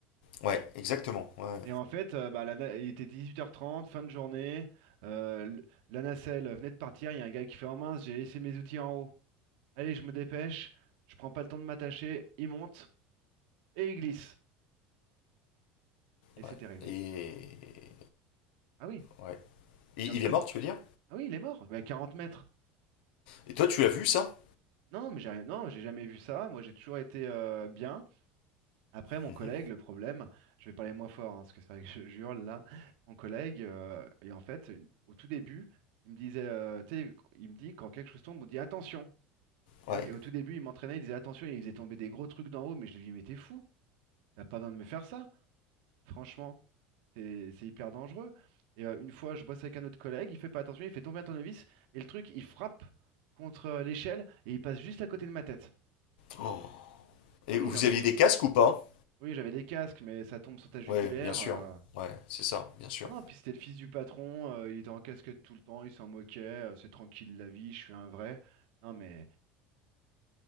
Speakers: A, on the left; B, on the right.
A: Ouais, exactement. Ouais.
B: Et en fait, euh, bah, la na- il était dix-huit heures trente, fin de journée. euh, l- la nacelle venait de partir. Il y a un gars qui fait en mince, j'ai laissé mes outils en haut. Allez, je me dépêche. Je prends pas le temps de m'attacher. Il monte et il glisse. Et c'était
A: Ouais.
B: réglé.
A: Et...
B: Ah oui.
A: ouais. Et
B: Et en- comme...
A: il est mort, tu veux dire?
B: Ah oui, il est mort. Mais à 40 mètres.
A: Et toi, tu l'as vu ça?
B: Non, mais j'ai rien. Non, j'ai jamais vu ça. Moi, j'ai toujours été euh, bien. Après, mon
A: Mhm.
B: collègue, le problème, je vais parler moins fort, hein, parce que c'est vrai que je jure là. Mon collègue, euh, et en fait, une- au tout début, il me disait, euh, tu sais, il me dit quand quelque chose tombe, on dit attention. Tu
A: Ouais.
B: vois, et au tout début, il m'entraînait, il disait attention, il faisait tomber des gros trucs d'en haut, mais je lui dis mais t'es fou, t'as pas besoin de me faire ça, franchement, c'est c'est hyper dangereux. Et euh, une fois, je bosse avec un autre collègue, il fait pas attention, il fait tomber un tournevis, et le truc, il frappe contre euh, l'échelle et il passe juste à côté de ma tête.
A: Oh. Et
B: Ah oui,
A: vous
B: non, mais
A: aviez
B: c'est.
A: des casques ou pas?
B: Oui, j'avais des casques, mais ça tombe sur ta jugulaire.
A: Ouais, bien sûr.
B: euh.
A: Ouais, c'est ça, bien sûr.
B: Non, non, puis c'était le fils du patron, euh, il était en casquette tout le temps, il s'en moquait, euh, c'est tranquille la vie, je suis un vrai. Non, mais.